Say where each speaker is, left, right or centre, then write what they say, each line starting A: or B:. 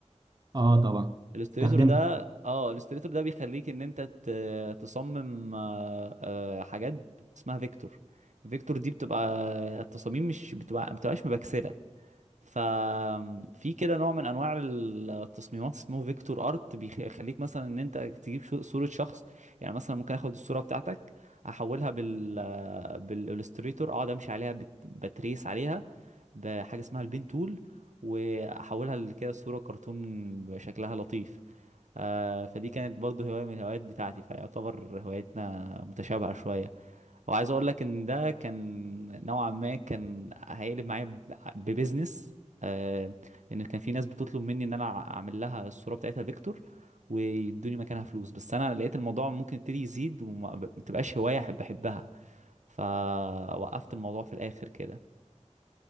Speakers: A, on the right; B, on the right.
A: اه طبعا
B: الالستريتور
A: استخدمت
B: ده اه الالستريتور ده بيخليك ان انت ت- تصمم آه، آه، حاجات اسمها فيكتور فيكتور دي بتبقى التصاميم مش بتبقى ما بتبقاش مبكسله ففي كده نوع من انواع التصميمات اسمه فيكتور ارت بيخليك مثلا ان انت تجيب شو- صوره شخص يعني مثلا ممكن اخد الصوره بتاعتك احولها بال بالالستريتور اقعد امشي عليها بت- بتريس عليها بحاجه اسمها البين تول واحولها لكده صوره كرتون بشكلها لطيف آه فدي كانت برضو هواية من الهوايات بتاعتي فيعتبر هواياتنا متشابهة شوية وعايز اقول لك ان ده كان نوعا ما كان هيقلب معايا ب- ببزنس آه لان كان في ناس بتطلب مني ان انا اعمل لها الصورة بتاعتها فيكتور ويدوني مكانها فلوس بس انا لقيت الموضوع ممكن يبتدي يزيد وما ما تبقاش هواية احب احبها فوقفت الموضوع في الاخر كده